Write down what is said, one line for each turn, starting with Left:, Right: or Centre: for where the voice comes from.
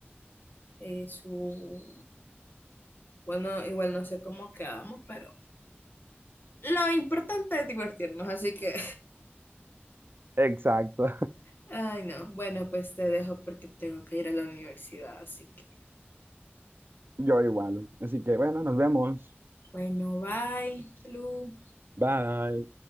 Left: eh, su... Bueno, igual no sé cómo quedamos, pero lo importante es divertirnos, así que...
Right: Exacto,
Left: Ay, no. Bueno, pues te dejo porque tengo que ir a la universidad, así que...
Right: <laughs> yo igual. Así que bueno, nos vemos.
Left: Bueno, bye. Salud.
Right: Bye.